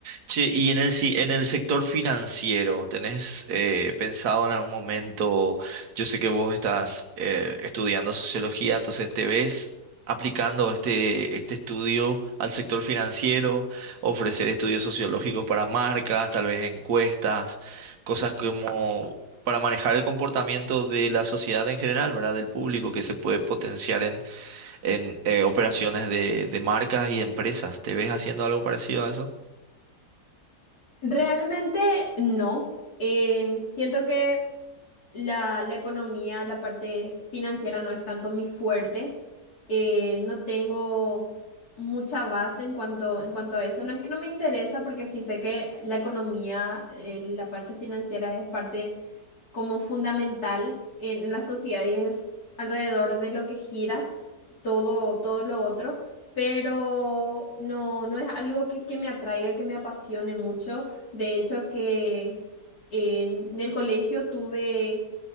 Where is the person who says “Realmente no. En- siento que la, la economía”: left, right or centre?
Left